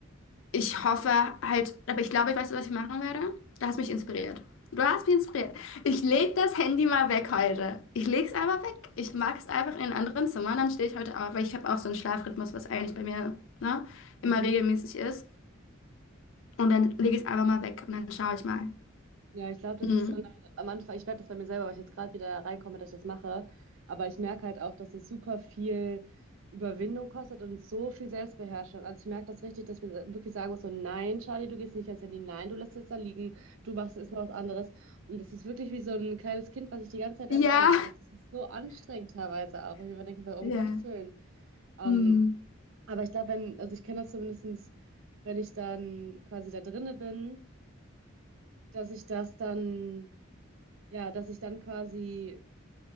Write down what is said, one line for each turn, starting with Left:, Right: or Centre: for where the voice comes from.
Left: Ich hoffe halt, aber ich glaube, ich weiß, was ich machen werde. Du hast mich
Right: Was
Left: inspiriert.
Right: denn?
Left: Du hast mich inspiriert. Ich leg das Handy mal weg heute. Ich leg's aber weg. Ich mag es einfach in einem anderen Zimmer. Dann stehe ich heute auf, weil ich habe auch so einen Schlafrhythmus, was eigentlich bei mir, ne,
Right: <laughs>
Left: immer
Right: Mhm.
Left: regelmäßig ist. Und dann lege ich es einfach mal weg und dann schaue ich mal.
Right: Ja, ich glaube, das
Left: Hm.
Right: ist so eine, am Anfang, ich merke das bei mir selber, weil ich jetzt gerade wieder reinkomme, dass ich das mache. Aber ich merke halt auch, dass es super viel Überwindung kostet und so viel Selbstbeherrschung. Also ich merke das richtig, dass ich mir wirklich sagen muss, so nein, Charlie, du gehst nicht ans Handy, nein, du lässt es da liegen, du machst jetzt mal was anderes. Und das ist wirklich wie so ein kleines Kind, was ich die ganze Zeit
Left: Ja.
Right: ermahnen muss. Das ist so anstrengend teilweise auch. Und ich mir immer denke, so, um
Left: Ja.
Right: Gottes Willen. Ähm,
Left: Hm.
Right: aber ich glaube, wenn, also ich kenne das zumindestens, wenn ich dann quasi da drinne bin, dass ich das dann. Ja, dass ich dann quasi,